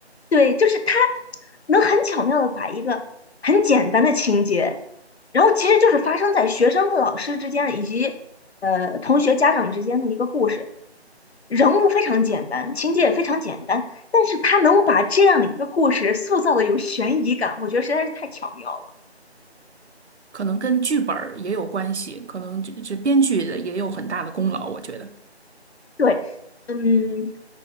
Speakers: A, on the left; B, on the right.
A: 对，就是他能很巧妙的把一个很简单的情节，然后其实就是发生在学生和老师之间的，以及呃同学家长之间的一个故事。人物非常简单，情节也非常简单，但是他能把这样的一个故事塑造的有悬疑感，我觉得实在是太巧妙了。
B: 可能跟剧本儿也有关系，可能这这编剧的也有很大的功劳，我觉得。
A: 对，嗯，